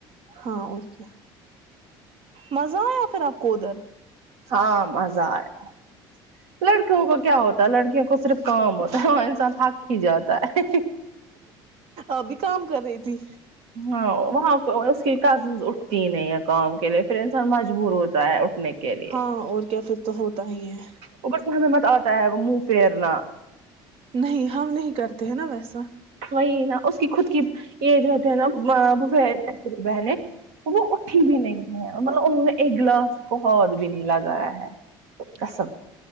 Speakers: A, on the right; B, on the right.
A: ہاں اور کیا مزہ آیا پھر آپ کو کودر
B: ہاں مزہ آیا لڑکوں کو کیا ہوتا لڑکیوں کو صرف کام ہوتا ہے ہاں انسان تھک ہی جاتا ہے
A: ابھی کام کر رہی تھی
B: ہاں وہاں اس کی کزن اٹھتی نہیں ہے کام کے لیے پھر انسان مجبور ہوتی ہوتا ہے اٹھنے کے لیے
A: ہاں اور کیا پھر تو ہی ہے
B: وہ بس ہم مت آتا تا ہے وہ منہ فرنا
A: نہیں ہم نہیں کرتے ہیں نا ویسا
B: وہی نا اس کی خود کی یہ جوتے ناری بہن وہ اٹھی بھی نہیں ہے ملب انہوں نے ایک گلاس کو ہود بھی نہیں لگایا ہے کا سب